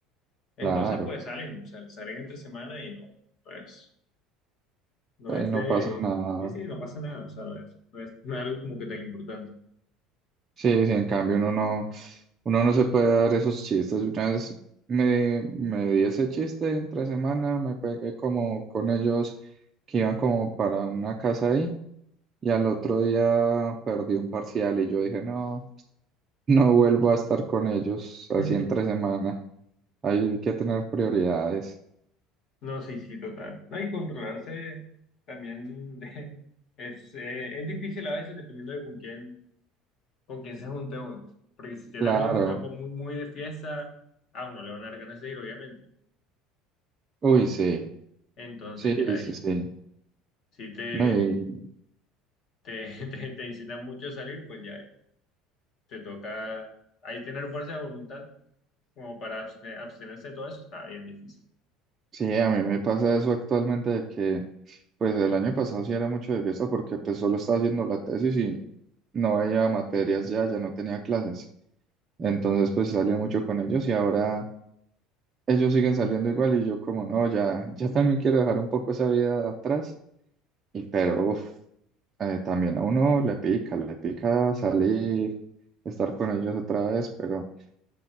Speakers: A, on the left; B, on the right.
A: Entonces,
B: claro,
A: pues salen, sal- salen entre semana y no, no es, no
B: ahí
A: es
B: no
A: de...
B: pasa nada.
A: Sí, sí, no pasa nada, o sea, no es, no es, no es algo como que tan importante.
B: Sí, sí, en cambio uno no, uno no se puede dar esos chistes. Una vez me, me di ese chiste entre semana, me pegué como con ellos que iban como para una casa ahí y al otro día perdí un parcial y yo dije, no, no vuelvo a estar con ellos así
A: <laughs>
B: entre semana. Hay que tener prioridades.
A: No, sí, sí, total. No, y controlarse también <laughs> de- es, eh, es difícil a veces dependiendo de con quién, con quién se junte uno. Porque si tiene
B: Claro.
A: amigos que son como muy, muy de fiesta, a uno le van a dar ganas de ir, obviamente.
B: Uy, sí.
A: Entonces
B: Sí,
A: ya
B: sí,
A: <laughs> eh,
B: sí.
A: si te,
B: No, y-
A: te, <laughs> te, te incitan mucho a salir, pues ya te toca ahí tener fuerza de voluntad como para abste- abstenerse de todo eso, está bien difícil.
B: sí, a mí me pasa eso actualmente de que, pues el año pasado sí era mucho de fiesta porque pues solo estaba haciendo la tesis y no veía materias ya, ya no tenía clases. Entonces pues salía mucho con ellos y ahora ellos siguen saliendo igual y yo como no, ya, ya también quiero dejar un poco esa vida atrás. Y pero, uf, eh, también a uno le pica, le pica salir, estar con ellos otra vez, pero...